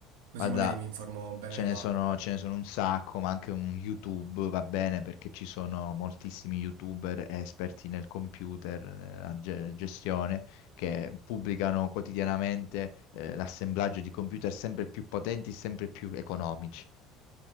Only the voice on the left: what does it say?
guarda,
ce ne
sono, ce ne sono un sacco, ma anche un YouTube va bene perché ci sono moltissimi YouTuber esperti nel computer, nella ge- gestione, che pubblicano quotidianamente, eh, l'assemblaggio di computer sempre più potenti, sempre più economici.